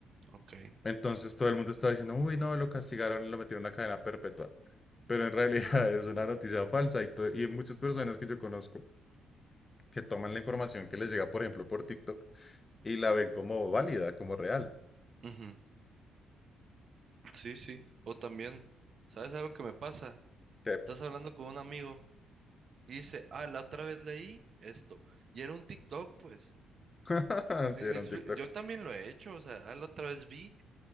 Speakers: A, on the right; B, on the left.
A: ok.
B: Entonces todo el mundo estaba diciendo, uy, no, lo castigaron, y lo metieron a cadena perpetua. Pero en realidad <laughs> es una noticia falsa y, to- y muchas personas que yo conozco que toman la información que les llega, por ejemplo, por TikTok y la ven como válida, como real.
A: Ujú. Sí, sí. O también, ¿sabes algo que me pasa?
B: Que,
A: Estás hablando con un amigo y dice, ah, la otra vez leí esto. Y era un TikTok, pues.
B: <laughs> sí,
A: Me-
B: era
A: me expli-
B: un TikTok.
A: Yo también lo he hecho, o sea, ah, la otra vez vi,